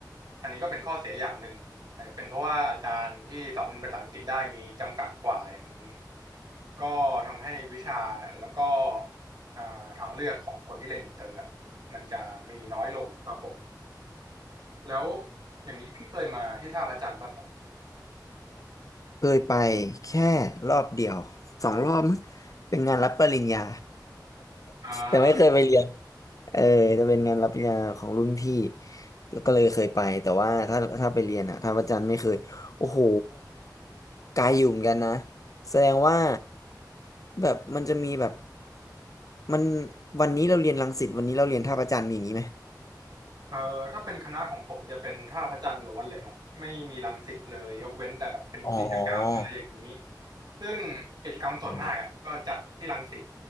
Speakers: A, on the right (about 70°); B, on the left (about 50°).
A: อันนี้ก็เป็นข้อเสียอย่างหนึ่ง อาจจะเป็นเพราะว่าอาจารย์ที่สอนภาษาอังกฤษได้มีจำกัดกว่าอย่างนี้ก็ทำให้วิชาแล้วก็อ่าทางเลือกของคนที่เรียนอินเตอร์อะมันจะมีน้อยลงครับผมแล้วอย่างนี้พี่เคยมาที่ท่าพระจันทร์ป่ะครับ
B: เคยไปแค่รอบเดียวสองรอบมั้งเป็นงานรับปริญญา
A: อ่า
B: <laughs> แต่ไม่เคยไปเรียนเออจะเป็นงานรับปริญญาของรุ่นพี่แล้วก็เลยเคยไปแต่ว่าถ้าถ้าไปเรียนอ่ะทางอาจารย์ไม่เคยโอ้โหไกลอยู่เหมือนกันนะแสดงว่าแบบมันจะมีแบบมันวันนี้เราเรียนรังสิตวันนี้เราเรียนท่าพระจันทร์มีอย่างนี้ไหม
A: เอ่อถ้าเป็นคณะของผมจะเป็นท่าพระจันทร์ล้วนเลยครับไม่มีรังสิตเลยยกเว้นแต่แบบเป็นกิจกรรมอะไรอย่างนี้
B: อ๋อ
A: ซึ่งกิจกรรมส่วนมากอ่ะก็จัดที่รังสิต
B: อ๋อ